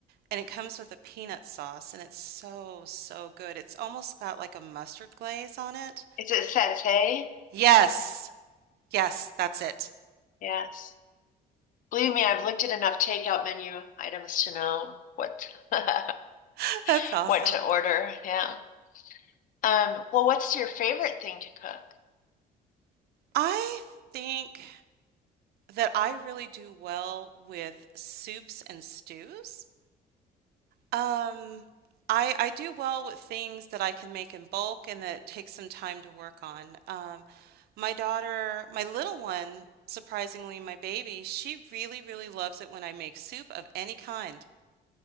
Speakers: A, on the right; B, on the left.
A: and it comes with a peanut sauce and it's so, so good. It's almost got like a mustard glaze on it.
B: Is it satay?
A: Yes, yes, that's it.
B: Yes. Believe me, I've looked at enough takeout menu items to know what <laughs>
A: <laughs> That's awesome.
B: what to order. Yeah. Um, well, what's your favorite thing to cook?
A: I think that I really do well with soups and stews. Um, I I do well with things that I can make in bulk and that take some time to work on. Um, my daughter, my little one, surprisingly, my baby, she really, really loves it when I make soup of any kind,